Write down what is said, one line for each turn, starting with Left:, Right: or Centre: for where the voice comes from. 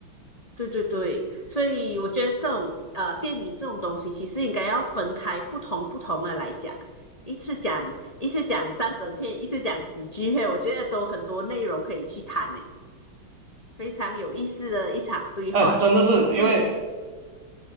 Left: 对对对，所以我觉得这种呃电影这种东西，其实应该要分开不同不同的来讲，一次讲一次讲战争片，一次讲喜剧片，我觉得都很多内容可以去谈呢，非常有意思的一场对话。
Right: 哎、真的是因为
Left: 谢谢你，